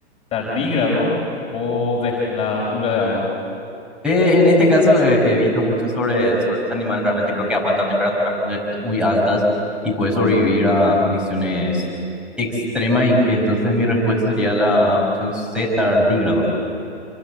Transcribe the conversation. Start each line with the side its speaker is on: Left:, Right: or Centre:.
Left: tardígrado. O D, la pulga de agua.
Centre: Eh, en este caso eh, he visto mucho sobre, sobre este animal, realmente creo que aguanta temperaturas muy, alt- muy altas y puede sobrevivir a condiciones extremas y entonces mi respuesta sería la opción C, tardígrado.